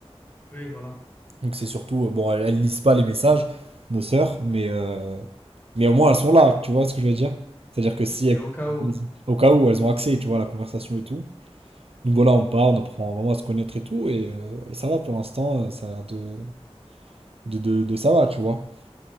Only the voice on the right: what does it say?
Donc c'est surtout, euh, bon, elles, elles lisent pas les messages, nos sœurs, mais, euh, mais au moins elles sont là, tu vois ce que je veux dire? C'est-à-dire que si,
elles-
au cas où, elles ont accès, tu vois, à la conversation et tout. Donc voilà, on part, on apprend vraiment à se connaître et tout, et, euh, et ça va pour l'instant, euh, ça a l'air de, de, de, de ça va, tu vois.